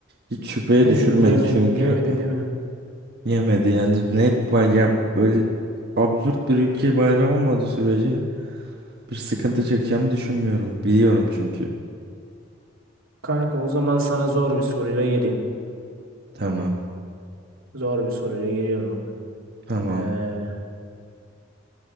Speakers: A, on the right; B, on the right.
A: hiç şüpheye
B: <laughs>
A: düşürmedi
B: Yeme,
A: çünkü
B: yeme dedim.
A: yemedi yani net bay- ya böyle absürt bir ülke bayrağı olmadığı sürece bir sıkıntı çekeceğimi düşünmüyorum biliyorum çünkü
B: Kanka o zaman sana zor bir soruyla geleyim.
A: tamam
B: Zor bir soruyla geliyorum.
A: tamam
B: Ee,